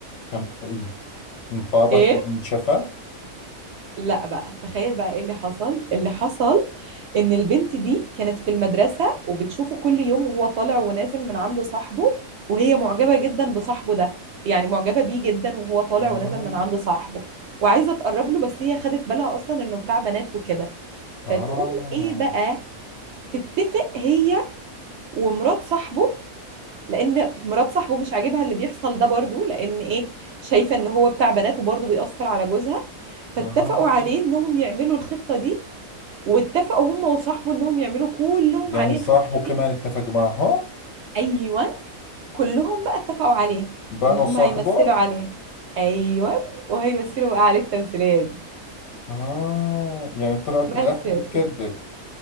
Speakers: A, on the left; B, on the right.
A: كم إيه انطابت
B: ايه
A: يعني انشفت
B: لا بقى تخيل بقى ايه اللي حصل اللي حصل ان البنت دي كانت في المدرسة وبتشوفه كل يوم وهو طالع ونازل من عند صاحبه وهي معجبة جدا بصاحبه ده يعني معجبة بيه جدا وهو طالع
A: آه
B: ونازل من عند صاحبه وعايزة تقرب له بس هي خدت بالها اصلا انه بتاع بنات وكده
A: آه
B: فتقوم ايه بقى تتفق هي ومرات صاحبه لان مرات صاحبه مش عاجبها اللي بيحصل ده برضو لان ايه شايفه ان هو بتاع بنات وبرضو بيأثر على جوزها فاتفقوا
A: آه
B: عليه انهم يعملوا الخطه دي واتفقوا هم وصاحبه انهم يعملوا كلهم
A: يعني
B: عليه
A: صاحبه
B: الخطه
A: كمان
B: دي
A: اتفق معهم
B: ايوه كلهم بقى اتفقوا عليه
A: باعوا
B: ان هم
A: صاحبه
B: هيمثلوا عليه ايوه وهيمثلوا بقى عليه التمثيليه دي
A: آه يعني طلعت
B: بس
A: بالآخر
B: يا
A: بتكذب
B: سيدي